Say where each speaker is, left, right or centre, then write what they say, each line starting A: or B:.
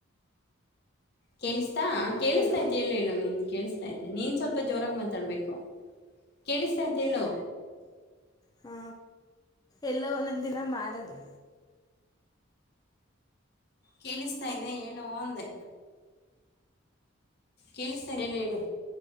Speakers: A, on the left (about 55°); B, on the left (about 20°).
A: ಕೇಸ್ತಾ ಕೇಳಿಸ್ತಾಾಯ್ತ್
B: ಹಲೋ
A: ಹೇಳಿ ಹೇಳೋ ನಿನ್ಗೆ ಕೇಳಿಸ್ತಾ ತೆ ನೀನ್ ಸ್ವಲ್ಪ ಜೋರಾಗಿ ಮಾತಾಡ್ಬೇಕು ಕೇಳಿಸ್ತಾ ತೆ ಹೇಳು
B: ಹಾ ಎಲ್ಲ ಒಂದೊಂದ ದಿನ ಮಾಡದು
A: ಕೇಳಿಸ್ತಾ ಇದೆ ಹೇಳುವ ಅಂದೆ ಕೇಳಿಸ್ತಾ ಇದೆ ಹೇಳು ಹೇಳು